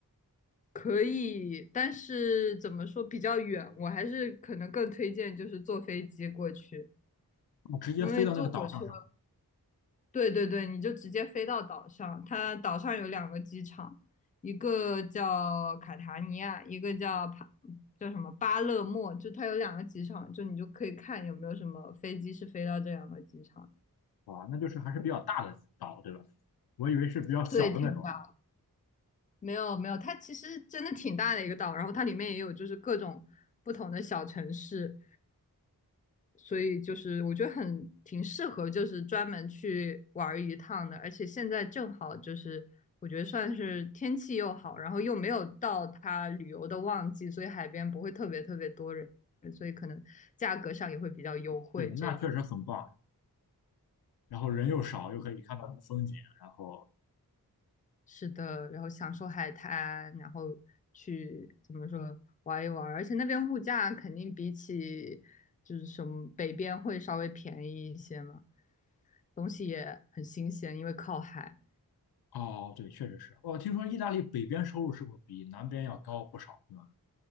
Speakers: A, on the left; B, on the left.
A: 可以，但是怎么说比较远，我还是可能更推荐就是坐飞机过去，
B: 哦，直接飞到那个岛上是吧？
A: 因为坐火车对对对，你就直接飞到岛上。它岛上有两个机场，一个叫卡塔尼亚，一个叫帕，叫什么巴勒莫，就它有两个机场，就你就可以看有没有什么飞机是飞到这两个机场。
B: 哇，那就是还是比较大的岛，对吧？我以为是比较小的那种。
A: 对，挺大，没有没有，它其实真的挺大的一个岛，然后它里面也有就是各种不同的小城市，所以就是我觉得很挺适合，就是专门去玩一趟的。而且现在正好就是我觉得算是天气又好，然后又没有到它旅游的旺季，所以海边不会特别特别多人，所以可能价格上也会比较优惠。
B: 对，
A: 这样
B: 那确实很棒。然后人又少，又可以看到风景。然后，
A: 是的，然后享受海滩，然后去怎么说玩一玩而且那边物价肯定比起就是什么北边会稍微便宜一些嘛，东西也很新鲜，因为靠海。
B: 哦，对，确实是。我、听说意大利北边收入是不是比南边要高不少，对吧？